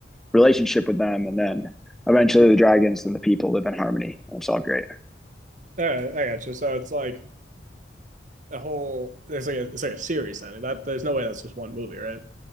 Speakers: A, in the centre; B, on the right (about 45°).
A: relationship with them, and then eventually the dragons and the people live in harmony. It's all great.
B: all right, I got you. So it's like a whole. It's like a, it's like a series then. That there's no way that's just one movie, right?